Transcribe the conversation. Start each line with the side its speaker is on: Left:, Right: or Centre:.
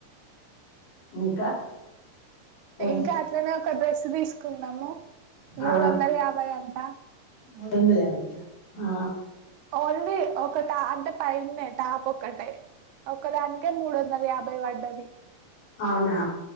Left: ఇంకా ఏం
Right: ఇంకా అట్లనే ఒక డ్రెస్ తీసుకున్నాము మూడు
Left: ఆ
Right: వందల యాభై అంట
Left: మూడొందల యాభైయా ఆ.
Right: ఓన్లీ ఒకట అంటే పైనే టాప్ ఒక్కటే ఒకదానికే మూడు వందల యాభై పడ్డది
Left: అవునా